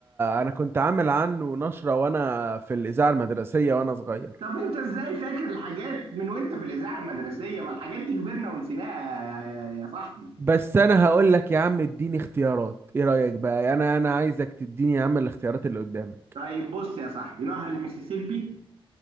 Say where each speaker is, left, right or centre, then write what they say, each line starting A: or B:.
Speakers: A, on the right (about 25°); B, on the right (about 70°).
A: انا كنت عامل عنه نشرة وانا في الإذاعة المدرسية وانا صغير
B: طب انت ازاي فاكر الحاجات من وانت في الاذاعة المدرسية ما الحاجات دي كبرنا ونسيناها يا يا صاحبي
A: بس انا هقول لك يا عم اديني اختيارات ايه رأيك بقى انا انا عايزك تديني يا عم الاختيارات اللي قدامك
B: طيب بص يا صاحبي نهر المسيسيبي